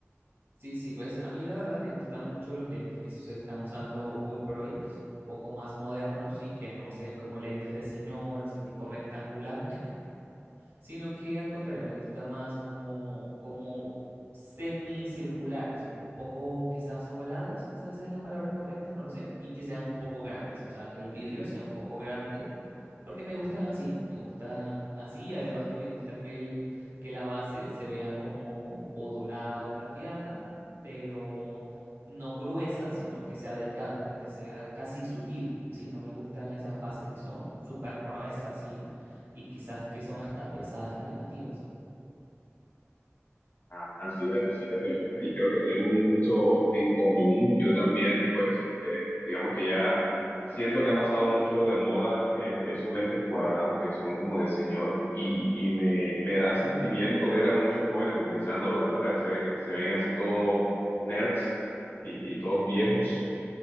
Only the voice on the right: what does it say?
Sí, sí, pues a mí la verdad me gustan mucho los lentes que se están usando hoy por hoy, que son un poco más modernos y que no se ven como lentes de señor, así tipo rectangular. sino que al contrario, me gusta más como, como semicirculares, como un poco quizás ovalados, quizás es la palabra correcta, no lo sé, y que sean un poco grandes, o sea, que el vidrio sea un poco grande, porque me gustan así, me gusta así, y además que me gusta que, el, que la base se vea como o dorada o plateada, pero no gruesa, sino que sea delgada, que sea casi sutil, ¿sí? No me gustan esas bases que son súper gruesas y y quizás que son hasta pesadas y llamativas.